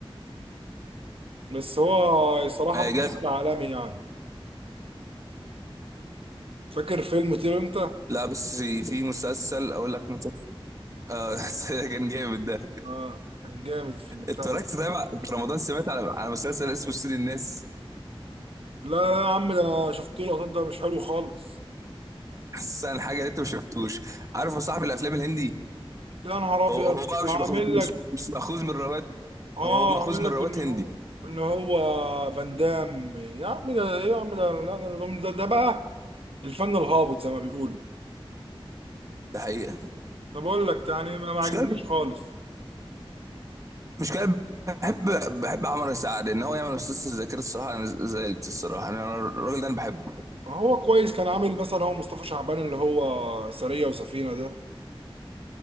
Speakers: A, on the right; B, on the right.
A: بس هو صراحه
B: آه،
A: بقى
B: جا
A: نجم عالمي يعني فاكر فيلم طير انت
B: لا بس في مسلسل اقول لك مسلسل اه <laughs> كان جامد ده
A: اه كان جامد في البتاع
B: اتفرجت
A: ده
B: طيب على- في رمضان سمعت على على مسلسل اسمه سيد الناس
A: لا لا يا عم ده انا شفت له لقطات ده مش حلو خالص
B: حاسس ان حاجه اللي انت ما شفتوش عارف يا صاحبي الافلام الهندي
A: ده يا نهار ابيض
B: هو هو بقى
A: ده
B: مش
A: عامل
B: مأخوذ مش,
A: لك
B: مش مأخوذ من روايات
A: اه
B: هو مأخوذ
A: عامل
B: من
A: لك
B: روايات
A: ان
B: هندي
A: هو ان هو فان دام يا عم ده يا عم ده لا لا لا، ده, ده بقى الفن الهابط زي ما بيقولوا
B: ده حقيقه
A: انا بقول لك يعني ما ما عجبنيش
B: مش كده
A: خالص
B: مش كده بحب بحب عمر سعد ان هو يعمل مسلسل زي كده الصراحه انا زعلت الصراحه انا الراجل ده انا بحبه
A: هو كويس كان عامل مثلا هو مصطفى شعبان اللي هو سرية وسفينة ده